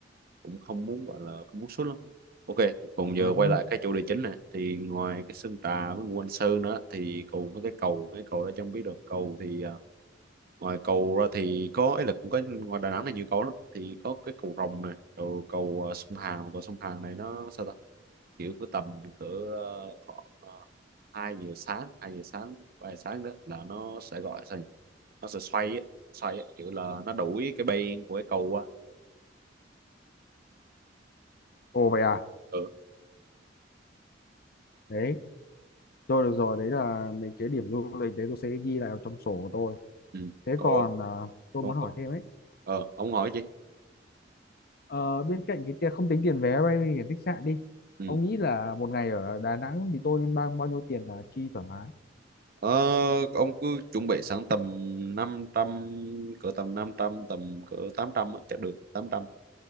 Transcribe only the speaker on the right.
cũng không muốn gọi là không muốn sút lắm ok còn giờ
quay
lại cái chủ đề chính này thì ngoài cái Sơn Trà với Ngũ Hành Sơn đó thì còn với cái cầu mấy cầu đó chẳng biết được cầu thì à, ngoài cầu ra thì có ấy là cũng có ngoài Đà Nẵng này nhiều cầu lắm thì có cái cầu Rồng này rồi cầu à, sông Hàn cầu sông Hàn này nó sao ta kiểu cứ tầm cỡ uh, khoảng uh, hai giờ sáng hai giờ sáng ba giờ sáng đó là nó sẽ gọi sao nhỉ? nó sẽ xoay á, xoay á, kiểu là nó đuổi cái bên của cái cầu qua
ừ
ừ.
cô
cô
cô-
ờ ông hỏi chị
ừ.
ờ, ông cứ chuẩn bị sẵn tầm 500, cỡ tầm 500, tầm cỡ 800 á, chắc được tám trăm,